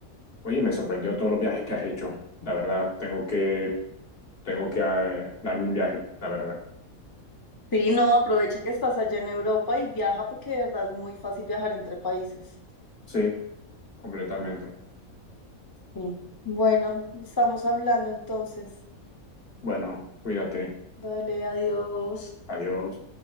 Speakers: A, on the left; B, on the left.
A: oye, me sorprendió todos los viajes que has hecho. La verdad, tengo que, tengo que eh, darme un viaje, la verdad.
B: Sí, no, aprovecha que estás allá en Europa y viaja porque de verdad es muy fácil viajar entre países.
A: Sí, completamente.
B: Sí. Bueno, estamos hablando entonces.
A: Bueno, cuídate.
B: Dale, adiós.
A: Adiós.